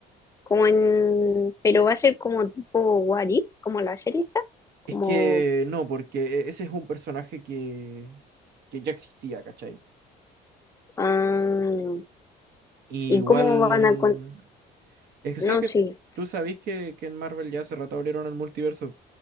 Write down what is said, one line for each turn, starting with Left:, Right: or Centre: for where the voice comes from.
Left: como en, pero va a ser como tipo What If, como la serie está. Como,
Right: Es que no, porque e- ese es un personaje que, que ya existía, ¿cachai?
Left: ah,
Right: Y
Left: ¿Y
Right: igual...
Left: cómo van a con...
Right: Es que,
Left: No,
Right: ¿sabes que
Left: sí,
Right: Tú sabés que, que en Marvel ya hace rato abrieron el multiverso.